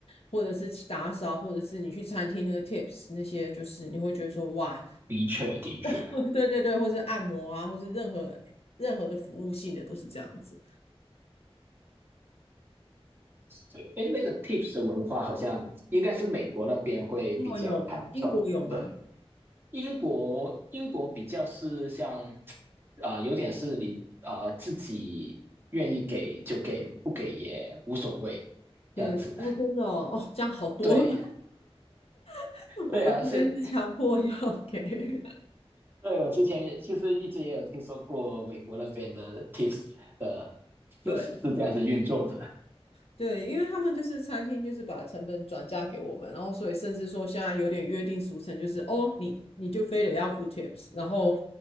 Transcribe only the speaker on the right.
的确的确。
对，哎，那个 tips 的文化好像应该是美国那边会比较看重，
对，英国英国比较是像啊、呃有点是你啊、呃自己愿意给就给，不给也无所谓这样子。
对，
对啊，是，对我之前也就是一直也有听说过美国那边的 tips 的、呃
是是是这样子运作的，